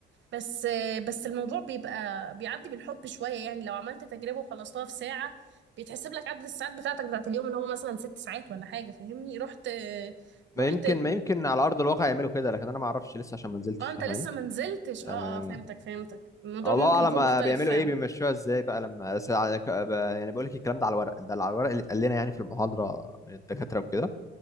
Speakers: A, on the right; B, on the left.
A: بس بس الموضوع بيبقى بيعدي بالحب شوية يعني لو عملت تجربة وخلصتها في ساعة بيتحسب لك عدد الساعات بتاعتك بتاعت اليوم اللي هو مثلا ست ساعات ولا حاجة فاهمني رحت
B: ما
A: رحت
B: يمكن ما يمكن على ارض الواقع يعملوا كده لكن انا ما اعرفش لسه عشان ما نزلتش
A: اه انت
B: فاهماني
A: لسه منزلتش اه
B: آه،
A: اه فهمتك فهمتك الموضوع
B: الله
A: ممكن
B: اعلم
A: يكون
B: آه،
A: مختلف
B: بيعملوا
A: فعلا
B: ايه بيمشوها ازاي بقى لما بس على- ب- يعني بقول لك الكلام ده على الورق ده على الورق اللي اتقال لنا يعني في المحاضره من الدكاتره وكده